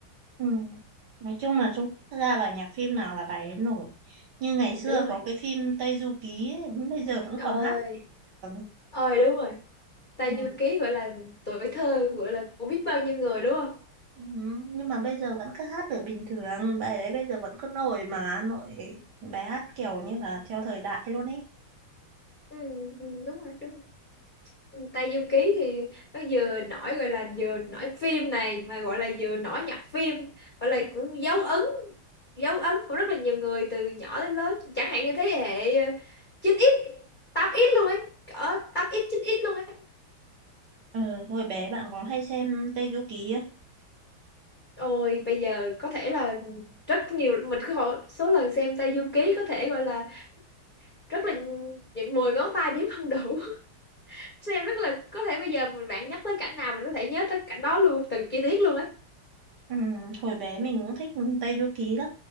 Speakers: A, on the right (about 60°); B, on the left (about 40°).
A: ừ. nói chung
B: ừ,
A: là Trung Quốc ra bài nhạc phim nào là bài ấy nổi như ngày
B: đúng
A: xưa
B: rồi
A: có cái phim Tây Du Ký ấy, bây giờ vẫn
B: ơi
A: còn hát được.
B: ơi đúng rồi Tây
A: ừ.
B: Du Ký gọi là tuổi thơ gọi là của biết bao nhiêu người đúng không
A: Ừ. nhưng mà bây giờ vẫn cứ hát được bình thường bài đấy bây giờ vẫn cứ nổi mà nổi bài hát kiểu như là theo thời đại luôn ấy
B: ừ, ừ, đúng rồi đúng rồi Tây Du Ký thì nó vừa nổi gọi là vừa nổi phim này mà gọi là vừa nổi nhạc phim gọi là cũng dấu ấn dấu ấn của rất là nhiều người từ nhỏ đến lớn chẳng hạn như thế hệ ờ, chín x tám x luôn ấy ở tám x chín x luôn ấy
A: ừ. hồi bé bạn có hay xem Tây Du Ký
B: ôi bây giờ có thể là rất nhiều mình cứ hỏi số lần xem Tây Du Ký có thể gọi là rất là những 10 ngón tay đếm không đủ <laughs> xem rất là có thể bây giờ mình bạn nhắc tới cảnh nào mình có thể nhớ tới cảnh đó luôn từng chi tiết luôn ấy
A: không ừ. hồi bé mình cũng thích Tây Du Ký lắm